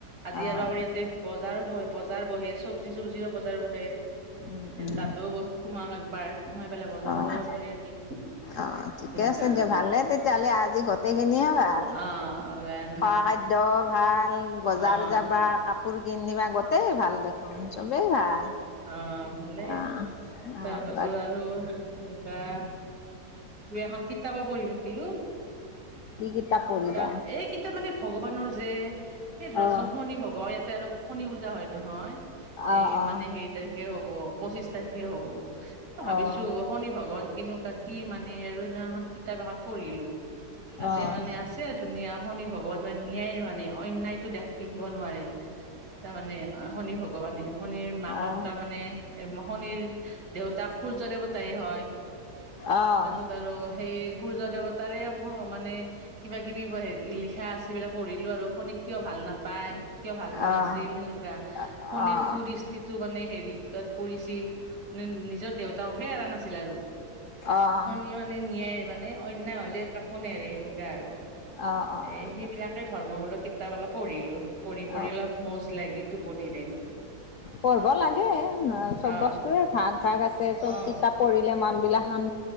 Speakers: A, on the right; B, on the left.
A: আজি
B: অ',
A: আৰু আমাৰ ইয়াতে বজাৰো বহে, বজাৰ বহে চবজি চবজিৰো বজাৰ বহে
B: উম, উম,
A: তাতো বচ সোমাম একবাৰ, সোমাই পেলাই বজাৰ-চজাৰো
B: অ',
A: কৰি আনিম।
B: অ', ঠিকে
A: এনেকা
B: আছে দিয়া, ভালে তেতিয়াহ'লে আজি গটেইখিনিয়ে ভাল।
A: অ', ৱেন
B: খোৱা খাদ্য ভাল, বজাৰ
A: অ'
B: যাবা, কাপোৰ কিনিবা, গতেই ভাল দে অ', চবেই ভাল।
A: অ', ভালেই
B: আহ আহ
A: তাৰ পাছত
B: বা
A: আৰু মুগা দুই-এখন কিতাপ পঢ়ি থাকিলো,
B: কি পঢ়িলা
A: কিতাপ এই কিতাপ মানে ভগৱানৰ যে, এই ধৰাছো
B: আহ
A: শনি ভগৱান ইয়াতে আৰু শণী পূজা হয় নহয়।
B: আহ
A: এই মানে হেৰি তাৰিখে হব, পঁচিশ তাৰিখে হব। মই ভাবিছো
B: আহ
A: শনি ভগৱান কেনেকুৱা কি মানে আৰু সেনেকোৱা এখন কিতাপ এখন পঢ়িলো। তাতে
B: আহ
A: মানে আছ ধুনীয়া শনি ভগৱান ন্যায় মানে অন্যায়টো দেখ-দেখিব নোৱাৰে তাৰমানে। অ', শনি ভগৱানে শনিৰ মাকক
B: আহ
A: তাৰমানে, এ শনিৰ দেউতাক সূৰ্য দেৱতাই হয়।
B: আহ আহ
A: তাৰপিছত আৰু সেই সূৰ্য দেৱতাৰে হ মানে কিবা-কিবি হেৰি লিখাছ সেইবিলাক পঢ়িলো আৰু শনিক কিয় ভাল নাপায়, কিয় ভাল পোৱা
B: আহ আহ
A: নাছিল, সেনেকুৱা।
B: আহ
A: শনিৰ কু দৃষ্টিটো মানে হেৰিৰ তাত পৰিছিল নি-নিজৰ দেউতাককে এৰা নাছিল আৰু।
B: অ'।
A: সি মানে ন্যায় মানে অন্যায় হলে কাকো নেৰে সেনেকুৱা আৰু।
B: আহ আহ
A: এ সেইবিলাকে ধৰ্মমূলক কিতাপ অলপ পঢ়িলো, পঢ়ি পঢ়ি
B: অ
A: অলপ মৌজ লাগিল টো পনিৰে
B: পঢ়ব লাগে না চব
A: অ
B: বস্তুৰে ভাগ ভাগ আছে
A: অ
B: চব কিতাপ পঢ়িলে মানবিলাক শান